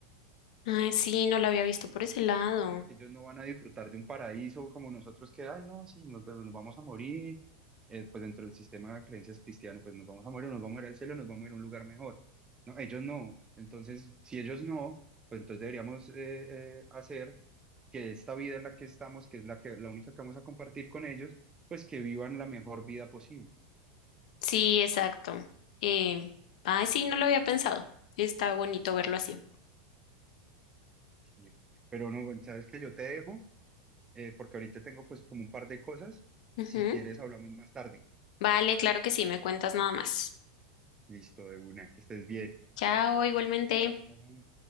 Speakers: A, on the left (about 70°); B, on the right (about 20°).
A: Ay, sí, no lo había visto por ese lado.
B: porque ellos no van a disfrutar de un paraíso como nosotros que, ay, no, sí, nos, pues, nos vamos a morir, eh, pues dentro del sistema de creencias cristiano, pues nos vamos a morir, nos vamos a ir al cielo, nos vamos a ir a un lugar mejor. No, ellos no. Entonces, si ellos no, pues entonces deberíamos eh, eh, hacer que esta vida en la que estamos, que es la que, la única que vamos a compartir con ellos, pues que vivan la mejor vida posible.
A: Sí, exacto. Eh, ay, sí, no lo había pensado. Está bonito verlo así.
B: Sí. Pero no, bueno, sabes que yo te dejo, eh, porque ahorita tengo pues como un par de cosas.
A: Ujú.
B: Si quieres, hablamos más tarde.
A: Vale, claro que sí, me cuentas nada más.
B: Listo, de una, que estés bien.
A: Chao, igualmente.
B: Chao.